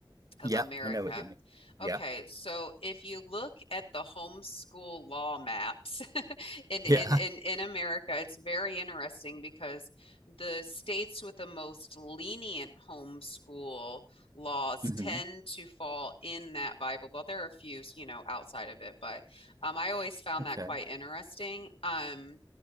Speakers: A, on the left (about 85°); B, on the right (about 40°).
A: of
B: Yeah,
A: America.
B: I know what you mean. Yeah,
A: Okay, so if you look at the homeschool law maps <laughs> in, in
B: yeah,
A: in in America, it's very interesting because the states with the most lenient homeschool laws
B: yeah. hmm
A: tend to fall in that Bible Belt. There are a few, you know, outside of it, but um, I always found
B: Okay,
A: that quite interesting. Um,